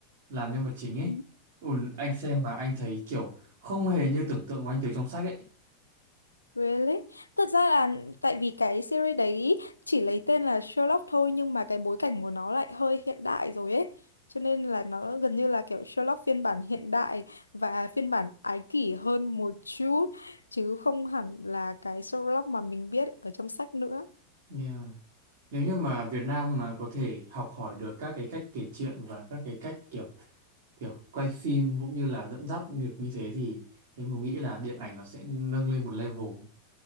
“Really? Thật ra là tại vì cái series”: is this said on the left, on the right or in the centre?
Left